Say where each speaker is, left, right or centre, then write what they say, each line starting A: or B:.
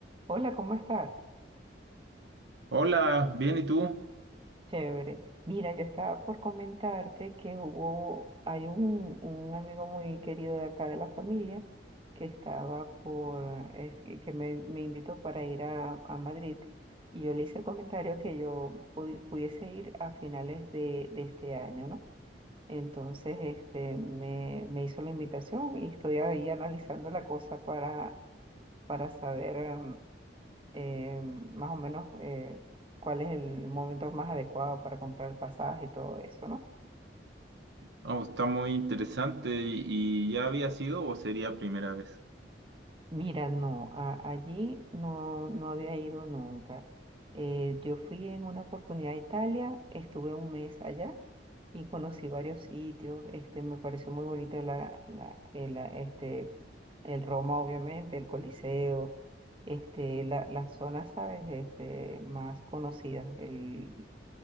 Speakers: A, on the right; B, on the right.
A: Hola, ¿cómo estás?
B: Hola, bien, ¿y tú?
A: Chévere. Mira, yo estaba por comentarte que hubo, hay un, un amigo muy querido de acá de la familia que estaba por, es que que me, me invitó para ir a, a Madrid y yo le hice el comentario que yo pudi- pudiese ir a finales de, de este año, ¿no? Entonces, este, me, me hizo la invitación y estoy ahí analizando la cosa para, para saber. em, eh, más o menos eh, cuál es el momento más adecuado para comprar el pasaje y todo eso, ¿no?
B: Oh, está muy interesante. ¿Y ya había sido o sería primera vez?
A: Mira, no, a- allí no, no había ido nunca. Eh, yo fui en una oportunidad a Italia, estuve un mes allá y conocí varios sitios. Este, me pareció muy bonito la, la, el, la- este, el Roma, obviamente, el Coliseo, este, la, las zonas, ¿sabes? Este, más conocidas, el,